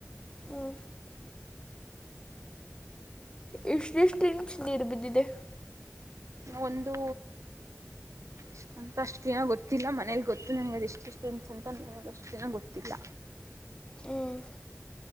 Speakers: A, on the left; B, on the right.
A: ಹ್ಮ. ಇಷ್ಟಿಷ್ಟ್ ಇಂಚ್ ನೀರ್ಬಿದ್ದಿದೆ.
B: ಒಂದು ಎಷ್ಟು ಅಂತ ಅಷ್ಟ್ ಕ್ಲೀನ್ ಆಗಿ ಗೊತ್ತಿಲ್ಲ ಮನೇಲಿ ಗೊತ್ ಅದೇ ನನಗೆ ಅದು ಎಷ್ಟಿಷ್ಟ್ ಇಂಚ್ ಅಂತ ನನಗ ಅಷ್ಟೇನು ಗೊತ್ತಿಲ್ಲ.
A: ಹ್ಮ್.